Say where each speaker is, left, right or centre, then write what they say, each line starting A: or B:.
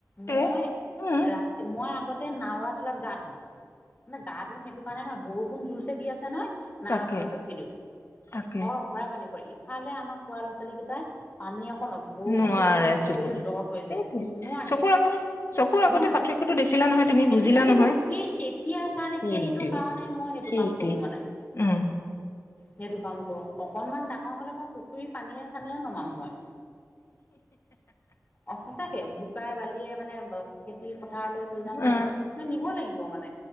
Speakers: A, on the left (about 50°); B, on the left (about 35°).
A: তে
B: মই
A: উম
B: ৰাতি মই আগতে নাৱা তুলাত গা ধো মানে গা ধুওঁ সেইটো কাৰণে নহয় বৰষুণ জোৰছে দি আছে নহয় নাৰৰ
A: তাকে।
B: তলত ৰখি দিওঁ
A: তাকে।
B: হৰ হ ৰাইপানী পৰে ই ইফালে আমাৰ খুৰা ল'ৰা-ছোৱালীকেইটাই পানী অ বৰষুণ
A: নোৱাৰে
B: কেইটোপাল মান
A: চুবলৈ
B: পৰিলে জ্বৰ হৈ
A: সেইটোৱে
B: যায় নোৱাৰে
A: চকুৰ আগত চকুৰ আগতে
B: নহয়
A: পাৰ্থক্যটো দেখিলা নহয় তুমি
B: এই
A: বুজিলা
B: দেখিলো
A: নহয়
B: যে সেই তেতিয়াৰ কাৰণে
A: সেইটোৱে
B: সেইটো কাৰণে মই সেইটো
A: সেইটোৱে।
B: কাম কৰো কৰ মানে
A: উম
B: সেইটো কাম কৰো অকনমান ডাঙৰ হলে মই পুখুৰীৰ পানীয়ে চানীয়েও নমাম মই। অ সচাকে বোকাই বালিয়ে মানে খেতি পথাৰলৈ লৈ যাম তেনেকে
A: অ
B: ম নিব লাগিব মানে